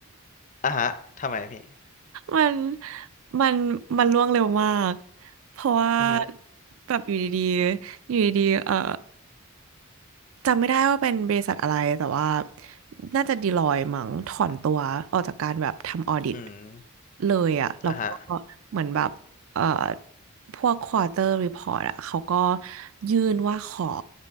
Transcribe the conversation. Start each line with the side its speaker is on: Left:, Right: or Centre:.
Left: อ่ะฮะทำไมพี่
Right: มันมันมันล่วงเร็วมาก เพราะว่า
Left: อือฮึ
Right: แบบอยู่ดีๆอยู่ดีๆเอ่อจำไม่ได้ว่าเป็นบริษัทอะไร แต่ว่าน่าจะดีลอยมั้งถอนตัวออกจากการแบบทำออดิต
Left: อืม
Right: เลยอะแล้วก็
Left: อ่ะฮะ
Right: เหมือนแบบเอ่อพวกควอเตอร์รีพอร์ตอะเขาก็ยื่นว่าขอ